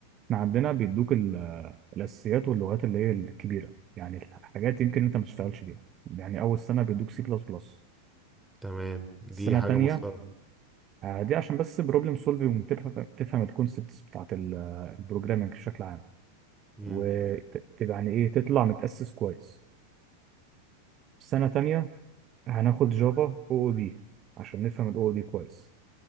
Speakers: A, on the right; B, in the centre.
A: احنا عندنا بيدوك ال- الاساسيات واللغات اللي هي الكبيره يعني الحاجات يمكن انت ما تشتغلش بيها يعني اول سنه بيدوك سي بلس بلس
B: تمام دي
A: السنه
B: حاجة
A: الثانيه
B: مشتركة
A: دي عشان بس بروبلم سولفنج تفهم تفهم الكونسبتس بتاعت البروجرامنج بشكل عام
B: امم
A: وتبقى يعني ايه تطلع متاسس كويس السنه الثانيه هناخد جافا او او دي عشان نفهم الاو او دي كويس